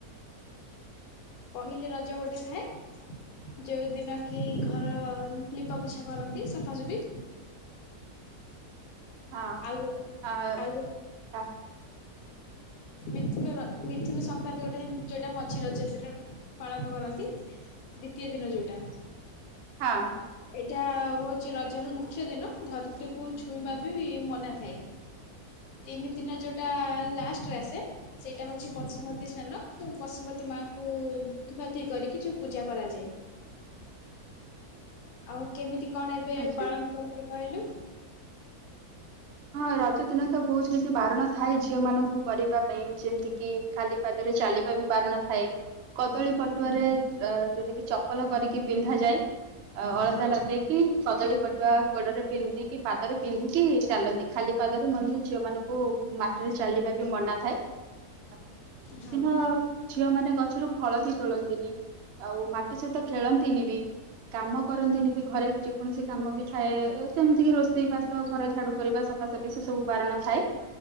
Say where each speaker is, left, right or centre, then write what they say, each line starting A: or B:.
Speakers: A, on the left (about 70°); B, on the right (about 75°).
A: ପହିଲି ରଜ ଗୋଟେ ଥାଏ। ଯୋଉ ଦିନ କି ଘର ଲିପା ପୋଛା କରନ୍ତି ସଫାସୁଫି।
B: ହଁ
A: ଆଉ
B: ଆ,
A: ଆଉ
B: <unintelligible>
A: ମିଥୁନ ମିଥୁନ ସଂକ୍ରାନ୍ତି ଗୋଟେ ଯୋଉଟା ମଝି ରଜ ଦିନ ପାଳନ କରନ୍ତି। ଦ୍ଵିତୀୟ ଦିନ ଯୋଉଟା।
B: ହଁ।
A: ଏଇଟା ହଉଛି ରଜ ର ମୁଖ୍ୟ ଦିନ। ଧରିତ୍ରୀକୁୁ ଛୁଇଁବା ବି ମନା ଥାଏ। ତିନି ଦିନ ଯୋଉଟା ଲାଷ୍ଟରେ ଆସେ ସେଇଟା ହଉଛି ବସୁମତୀ ସ୍ନାନ। ଯୋଉ ବସୁମତୀ ମାଙ୍କୁ ଧୁଆଧୁଇ କରିକି ଯୋଉ ପୂଜା କରାଯାଏ।
B: <inaudible>
A: ଆଉ କେମିତି କଣ ଏବେ
B: ଆଛା।
A: ପାଳନ କରନ୍ତି କହିଲୁ?
B: ହଁ ରଜ ଦିନ ତ ବହୁତ କିଛି ବାରଣ ଥାଏ ଝିଅ ମାନଙ୍କୁ କରିବା ପାଇଁ। ଯେମିତି କି ଖାଲି ପାଦରେ ଚାଲିବା ବି ବାରଣ ଥାଏ। କଦଳୀ ପଟୁଆରେ ଅ ଯୋଉଟା କିି ଚପଲ କରିକି ପିନ୍ଧା ଯାଏ। ଅ ଅଳତା
A: ହଁ
B: ଲଗେଇକି କଦଳୀ ପଟୁଆ ଗୋଡରେ ପିନ୍ଧିକି ପାଦରେ ପିନ୍ଧିକି ଚାଲନ୍ତି। ଖାଲି ପାଦରେ ମାନେ ଝିଅ ମାନଙ୍କୁ ମାଟିରେ ଚାଲିବା ବି ମନା ଥାଏ। ସେଦିନ
A: ହଁ
B: ଝିଅ ମାନ ଗଛରୁ ଫଳ ବି ତୋଳନ୍ତିନି। ଆଉ ମାଟି ସହିତ ଖେଳନ୍ତିନି ବି। କାମ କରନ୍ତିନି ବି ଘରେ ଯେକୌଣସି କାମ ବି ଥାଏ ସେମିତି କି ରୋଷେଇ ବାସ ଘର ଝାଡୁ। କରିବା ସଫାସଫି ସେ ସବୁ ବାରଣ ଥାଏ।